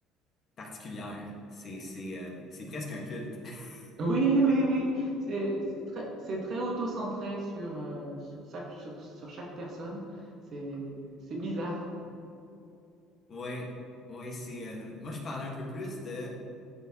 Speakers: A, on the left; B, on the right.
A: particulière. C'est c'est euh, c'est presque un culte. <laughs>
B: Oui, oui, oui. C'est c'est très, c'est très auto-centré sur, euh, sur, chaque, sur, sur chaque personne. C'est c'est bizarre.
A: Ouais, ouais, c'est euh, moi je parlais un peu plus de